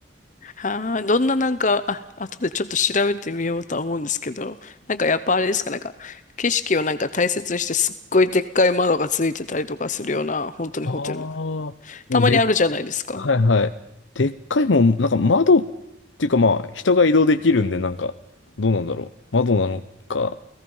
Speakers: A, on the left (about 40°); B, on the left (about 80°).
A: はあ、どんななんか、あ、後でちょっと調べてみようとは思うんですけど、なんかやっぱあれですか、なんか、景色をなんか大切にしてすっごいでっかい窓がついてたりとかするような、本当にホテル。
B: ああー、もうで、
A: たまにあるじゃないですか。
B: はいはい。でっかいもん、なんか窓っていうかまあ、人が移動できるんで、なんか、どうなんだろう。窓なのか、